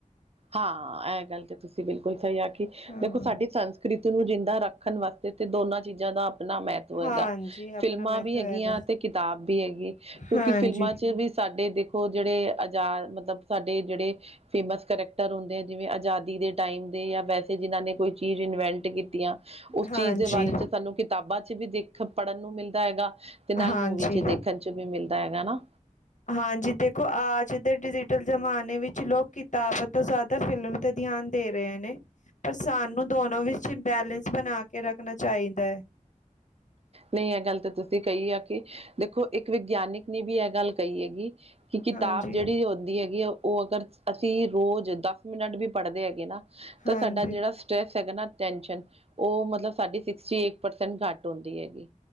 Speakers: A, on the right; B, on the left.
A: ਹਾਂ, ਇਹ ਗੱਲ ਤਾਂ ਤੁਸੀਂ ਬਿਲਕੁਲ ਸਹੀ ਆ ਕਿ
B: ਹਾਂ।
A: ਦੇਖੋ ਸਾਡੀ ਸੰਸਕ੍ਰਿਤੀ। ਨੂੰ ਜਿੰਦਾ ਰੱਖਣ ਵਾਸਤੇ ਤੇ ਦੋਨਾਂ ਚੀਜ਼ਾਂ ਦਾ ਆਪਣਾ ਮਹੱਤਵ ਹੈਗਾ।
B: ਹਾਂਜੀ
A: ਫਿਲਮਾਂ
B: ਆਪਣਾ ਮਹੱਤਵ
A: ਵੀ ਹੈਗੀਆਂ
B: ਹੈਗਾ
A: ਤੇ ਕਿਤਾਬ ਵੀ ਹੈਗੀ ਕਿਉਂਕਿ
B: ਹਾਂਜੀ।
A: ਫਿਲਮਾਂ ਚ ਵੀ ਸਾਡੇ ਦੇਖੋ ਉਹ ਜਿਹੜੇ ਆਜ਼ਾਦ ਮਤਲਬ ਸਾਡੇ ਜਿਹੜੇ ਫੇਮਸ ਕਰਕ ਹੋਂਦੇ ਆ ਜਿਵੇਂ ਆਜ਼ਾਦੀ ਦੇ ਟਾਈਮ ਦੇ ਜਾਂ ਵੈਸੇ ਜਿਹਨਾਂ ਨੇ ਕੋਈ ਚੀਜ਼ ਇਨਵੈਂਟ ਕੀਤੀਆਂ, ਉਸ
B: ਹਾਂਜੀ,
A: ਚੀਜ਼ ਦੇ ਬਾਰੇ ਚ ਸਾਨੂੰ, ਕਿਤਾਬਾਂ ਚ ਵੀ ਦੇਖ ਪੜ੍ਹਨ ਨੂੰ ਮਿਲਦਾ ਹੈਗਾ, ਤੇ ਨਾਲ
B: ਹਾਂਜੀ।
A: ਮੂਵੀ ਚ ਦੇਖਣ ਚ ਵੀ ਮਿਲਦਾ ਹੈਗਾ ਨਾ।
B: ਹਾਂਜੀ ਦੇਖੋ ਆੱਜ ਦੇ ਡਿਜੀਟਲ ਜ਼ਮਾਨੇ ਵਿੱਚ ਲੋਕ ਕਿਤਾਬ ਤੋਂ ਜ਼ਿਆਦਾ ਫਿਲਮ, ਤਾਂ ਧਿਆਨ ਦੇ ਰਹੇ ਨੇ, ਪਰ ਸਾਨੂੰ ਦੋਨੋ ਵਿੱਚ ਬੈਲੈਂਸ ਬਣਾ ਕੇ ਰੱਖਣਾ ਚਾਹੀਦਾ ਹੈ,
A: ਨਈ ਏ ਗੱਲ ਤਾਂ ਤੁਸੀ ਕਈ ਆ ਕਿ ਦੇਖੋ ਇੱਕ ਵਿਗਿਆਨਿਕ ਨੇ ਵੀ ਇਹ ਗੱਲ ਕਈ ਹੈਗੀ ਕਿ ਕਿਤਾਬ
B: ਹਾਂਜੀ,
A: ਜਿਹੜੀ ਹੁੰਦੀ ਹੈਗੀ ਆ ਓ ਅਗਰ ਅਸੀਂ ਰੋਜ਼ ਦਸ ਮਿੰਟ ਵੀ ਪੜ੍ਹਦੇ ਹੈਗੇ ਨਾ ਤਾਂ
B: ਹਾਂਜੀ,
A: ਸਾਡਾ ਜਿਹੜਾ ਸਟਰੈਸ ਹੈਗਾ ਨਾ ਟੈਂਸ਼ਨ ਉਹ ਮਤਲਬ ਸਾਡੀ ਸੀਸਟੀ ਐਟ ਪਰਸਂਟ ਕਟ ਹੁਣ ਦੀ ਹੈਗੀ